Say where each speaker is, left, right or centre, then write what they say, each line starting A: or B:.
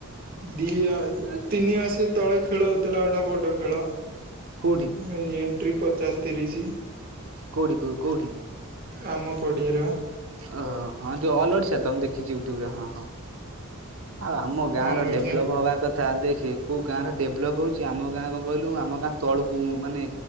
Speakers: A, on the right (about 45°); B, on the right (about 70°).
A: ଦି ତିନି ମାସେ ତଳେ ଖେଳ ହଉଥିଲା ଗୋଟେ ବଡ ଖେଳ।
B: କୋଉଠି?
A: ଏ ଏଣ୍ଟ୍ରି ପଚାଶ ତିରିଶି।
B: କୋଉଠି କୋଉ କୋଉଠି?
A: ଆମ ପଡିଆରେ ବା।
B: ଓହୋ ହଁ ଯୋଉ ଅଲ୍ ଓଡ଼ିଶା ତ ମୁଁ ଦେଖ ଦେଖିଛି ୟୁଟ୍ୟୁବରେ ହଁ ହଁ ଆଉ ଆମ ଗାଁ
A: ହଁ
B: ର
A: ଲୋ
B: ଡେଭଲପ ହବା କ ତା ଦେଖେ କୋଉ ଗାଁ ର ଡେଭଲପ୍ ହଉଛି ଆମ ଗାଁ କଣ କହିଲୁ ଆମ ଗାଁ ତଳକୁ ମାନେ।